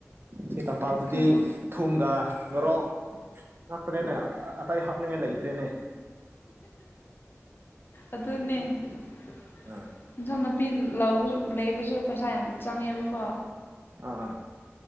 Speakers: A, on the right (about 45°); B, on the left (about 45°).
A: ꯁꯤ ꯇꯝꯄꯥꯛꯇꯗꯤ
B: ꯈꯨꯟ
A: ꯊꯨꯝꯒ ꯃꯣꯔꯣꯛ ꯅꯠꯇꯔꯦꯅꯦ ꯑꯇꯩ ꯍꯥꯞꯅꯤꯡꯉꯥꯏ ꯂꯩꯇ꯭ꯔꯦꯅꯦ
B: ꯑꯗꯨꯅꯦ <unintelligible>
A: ꯑꯥ
B: ꯅꯨꯄꯤ ꯂꯧꯕꯁꯨ ꯂꯩꯕꯁꯨ ꯄꯩꯁꯥ ꯌꯥꯝ ꯆꯪꯉꯦꯕꯀꯣ
A: ꯑꯥ